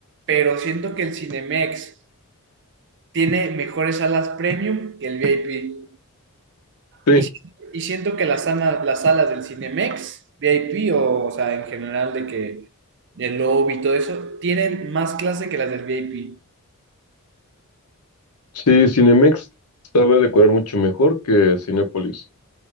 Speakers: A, on the right; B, on the left.
A: pero siento que el Cinemex tiene mejores salas premium que el VIP.
B: Sí,
A: Y, si- y siento que las, sana- las salas del Cinemex, VIP o, o sea, en general de que el lobby y todo eso, tienen más clase que las del VIP.
B: Sí, Cinemex sabe decorar mucho mejor que Cinépolis,